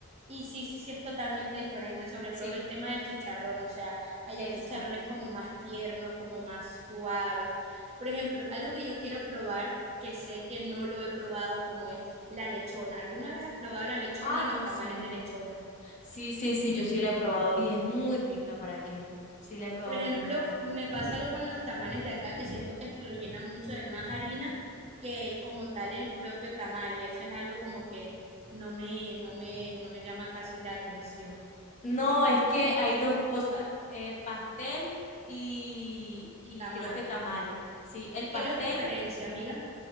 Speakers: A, on the right; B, on the left.
A: y sí, sí, sí es totalmente diferente, sobre
B: sí,
A: todo el tema del chicharrón, o sea, allá
B: exacto.
A: el chicharrón es como más tierno, como más suave. Por ejemplo, algo que yo quiero probar, que sé que no lo he probado, como es la lechona. ¿Alguna vez has probado la lechona
B: Ah,
A: o
B: no,
A: los tamales
B: sí.
A: de lechona?
B: Sí, sí, sí, yo sí la he probado y es muy rica, ¿para qué? Sí la he probado
A: Por ejemplo,
B: y ya.
A: me pasa lo con los tamales de acá, que siento que los llenan mucho de más harina que como tal el propio tamal, y eso es algo como que no me, no me, no me llama casi la atención.
B: No, es que hay dos cosas, eh, pastel y,
A: y
B: y
A: tamal.
B: creo que tamales. Sí, el pastel,
A: ¿Qué los diferencia, amiga?